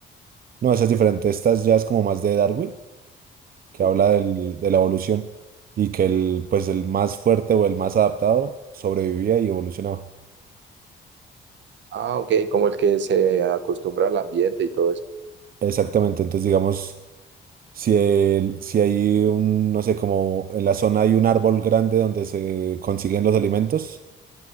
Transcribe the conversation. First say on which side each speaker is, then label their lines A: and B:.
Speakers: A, on the right (about 50°); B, on the right (about 65°).
A: No, esa es diferente. Esta es- ya es como más de Darwin, que
B: Ok.
A: habla del- de la evolución. Y que el, pues el más fuerte o el más adaptado sobrevivía y evolucionaba.
B: Ah, ok, como el que se acostumbra al ambiente y todo eso.
A: Exactamente. Entonces, digamos, si, el- si hay un, no sé, como en la zona hay un árbol grande donde se consiguen los alimentos,